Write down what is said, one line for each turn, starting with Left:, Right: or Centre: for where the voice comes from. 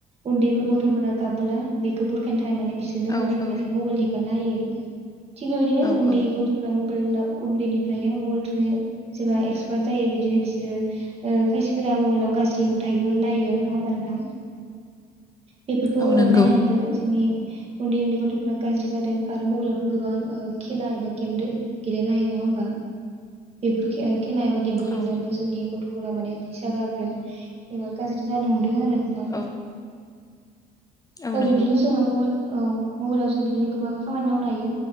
Right: उन्दैफोर गथ'फोरा गाबबोला बेखौ बुरखायनो थाखाय माने बिसोरनो
Left: औ
Right: उन्दैनिफ्रायनो
Left: औ
Right: मबाइल हे गारना हायो। थिग बेबायदिनो
Left: औ
Right: उन्दै
Left: औ
Right: गथ'फोरा मबाइल उन्दैनिफ्रायनो मबाइल थुनो जेबा एक्सपार्ट जायो बिदिनो बिसोरो ओ खायसेफोरा मबाइलाव गाज्रि नुथायबो नायो नङा होमबा नोंथां बेफोरखौ
Left: औ
Right: ओ
Left: नंगौ
Right: नायनानैबो जोंनि उन्दै उन्दै गथ'फोरा गाज्रि जादों आरो मबाइलावथ' गोबां ओ खेला एबा गेम गेलेनो हायो नङा होमबा बेफोर खेल खेला एबा गेमखौ गेलेनानैबो
Left: औ
Right: जोंनि गथ'फोरा माने फैसा गारदों एबा गाज्रि जानो हमदों आरो। नोंथां
Left: औ औ
Right: ओ
Left: नंगौ
Right: बिब्दिनो जोङो मबाइल औ मबाइलाव जों बिदिनो गोबां खामानि मावनो हायो